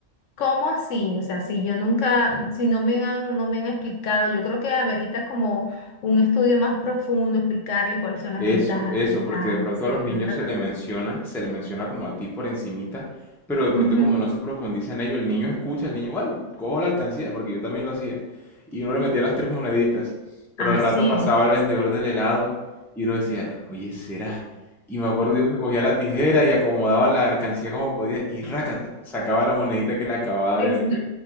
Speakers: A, on the left; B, in the centre.
A: ¿Cómo así? O sea, si yo nunca, si no me han, no me han explicado, yo creo que amerita como un estudio más profundo, explicarle cuáles son las
B: Eso,
A: ventajas,
B: eso,
A: desventajas,
B: porque de pronto
A: etcétera,
B: a los niños
A: ¿verdad?
B: se le menciona, se le menciona como a ti por encimita, pero de pronto
A: Ujú.
B: como no se profundiza en ello, el niño escucha, el niño, bueno, cojo la alcancía, porque yo también lo hacía, y uno le metía las tres moneditas, pero
A: Así
B: al rato pasaba
A: es.
B: el vendedor del helado y uno decía, oye, ¿será? Y me acuerdo yo que cogía la tijera y acomodaba la alcancía como podía y rácata, sacaba la monedita que le acababa
A: Ex-
B: de meter.